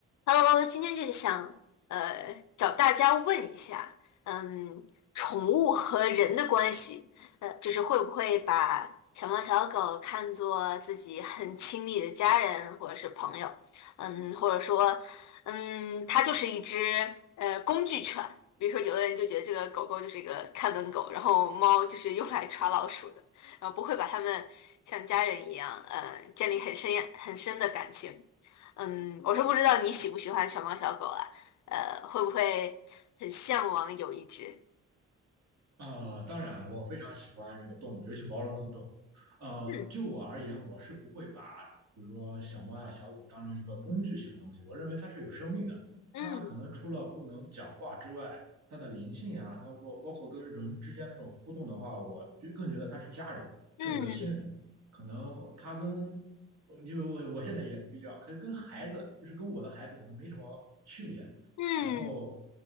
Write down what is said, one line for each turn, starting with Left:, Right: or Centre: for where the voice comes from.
Left: Hello，今天就是想呃找大家问一下，嗯，宠物和人的关系，呃，就是会不会把小猫小狗看作自己很亲密的家人或者是朋友，嗯，或者说，嗯，它就是一只呃工具犬，比如说有的人就觉得这个狗狗就是一个看门狗，然后猫就是用来抓老鼠的，然后不会把它们像家人一样，呃，建立很深很深的感情。嗯，我是不知道你喜不喜欢小猫小狗啊，呃，会不会很向往有一只？
Right: 呃，当然，我非常喜欢这个动物，尤其毛茸茸的动物。呃，
Left: 嗯
Right: 就我而言，我是不会把比如说小猫呀、小狗当成一个工具性的东西。我认为它是有生命的，
Left: 嗯
Right: 它可能除了不能讲话之外，它的灵性呀，它包包括跟人之间那种互动的话，我就更觉得它是家人，
Left: 嗯
Right: 是我的亲人。可能它跟，因为我我现在也比较跟跟孩子，就是跟我的孩子可能没什么区别。
Left: 嗯
Right: 然后。